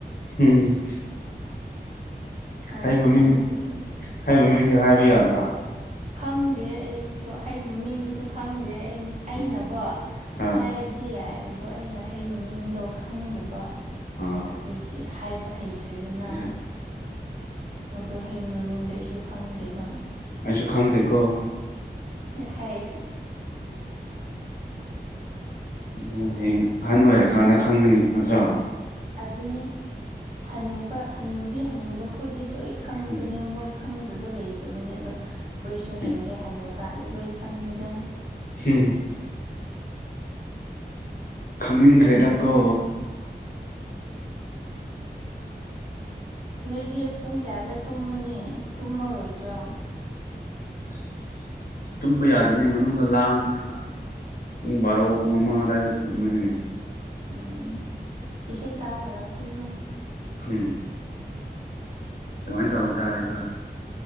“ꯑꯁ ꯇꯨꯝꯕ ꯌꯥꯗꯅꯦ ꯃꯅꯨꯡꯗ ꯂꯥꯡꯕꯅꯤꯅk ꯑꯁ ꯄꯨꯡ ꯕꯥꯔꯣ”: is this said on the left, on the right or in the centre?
Left